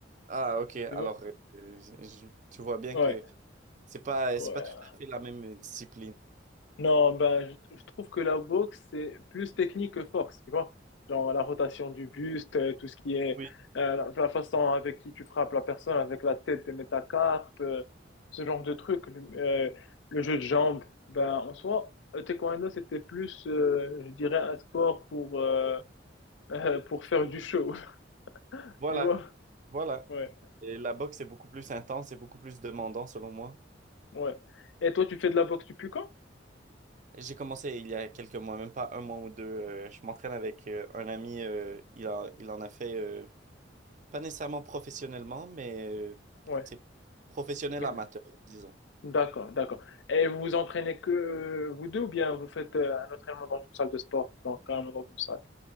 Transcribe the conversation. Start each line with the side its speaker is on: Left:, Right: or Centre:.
Right: Ah, ok. Alors,
Left: <laughs> tu vois.
Right: euh, je- je- tu vois bien
Left: Ouais,
Right: que c'est pas,
Left: ouais.
Right: c'est pas tout à fait la même discipline.
Left: Non, ben, je, je trouve que la boxe, c'est plus technique que force, tu vois. Genre la rotation du buste, euh, tout ce qui est
Right: Oui,
Left: euh, la, la façon avec qui tu frappes la personne, avec la tête des métacarpes, euh, ce genre de truc. Euh, le jeu de jambes, ben, en soi, le taekwondo, c'était plus, euh, je dirais, un sport pour, euh, euh, pour faire du show, <laughs>
Right: voilà,
Left: tu vois.
Right: voilà.
Left: Ouais,
Right: Et la boxe est beaucoup plus intense et beaucoup plus demandant, selon moi.
Left: ouais. Et toi, tu fais de la boxe depuis quand?
Right: J'ai commencé il y a quelques mois, même pas un mois ou deux. euh, je m'entraîne avec euh, un ami. euh, il a, il en a fait. euh, Pas nécessairement professionnellement, mais euh,
Left: Ouais.
Right: c'est professionnel
Left: Mais,
Right: amateur, disons.
Left: D'accord, d'accord. Et vous vous entraînez que euh, vous deux ou bien vous faites euh, un entraînement dans une salle de sport, donc carrément dans une salle?